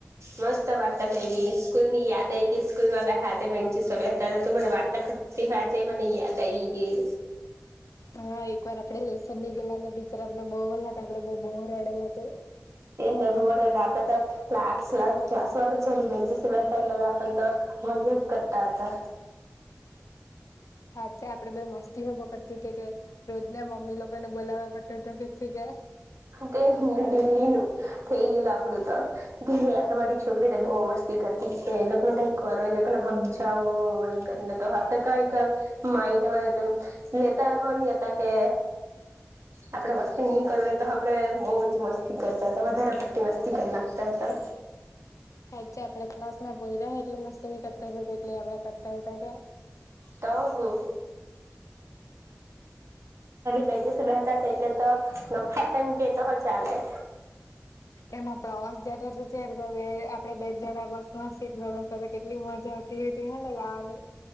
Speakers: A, on the right (about 65°); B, on the left (about 85°).
A: મસ્ત વાર્તા
B: હા
A: કરી
B: હા
A: સ્કૂલ ની યાદ આવીઈ કે સ્કૂલમાં બે હાથે બેન્ચીસ પર તા તું મને વાર્તા કરતી હજ મને યાદ આવી ગઈ.
B: હા એકવાર આપડે લેસન ની ગેલા ને ટીચર આપણે બોલા હતા આપડે બ બોવ રડેલા હતા.
A: તે બોર આપે તો ક્લાસ ક્લાસમાં તો છેલી બેન્ચસ પર બેહતા તો વરજત કરતા હતા.
B: સાચા આપડે બે મસ્તી ઉભો કરતી હતી તો રોજ ના મમ્મી લોકોને બોલાવવા પડતો હતો ધેર થી કે.
A: તે દિલ્હી નું થઇ ગયેલું આપડું તો કે આ તમારી છોકરી ને બહુ મસ્તી એ લોકોને કરતી છે એ લોકો ને સમજાવો એમ કરને આપડ કઈક મા લેતા હો ની હતા કે આપણેે વસ્તી નહી કર તો આપડે બહુ મ મસ્તી કરતા હતા વધારે પટ્ટતી મસ્તી કરી લાગતા હતા.
B: હાચે આપડે ક્લાસ ના પોયરા એટલી મસ્તી ની કરતા એટલે આપડે કરતા હતા કે.
A: તો હુ. બેન્ચીસ બેહતા હતા એટલે તો નફા ટાઈમ કે તો ચાલે.
B: એમાં પ્રવાસ જતો તો ત્યારે તો બે આપડે બે જણા બસ માં સીટમાં બેસતા તો કેટલી મજા આવતી. હતી હેને ગાવાની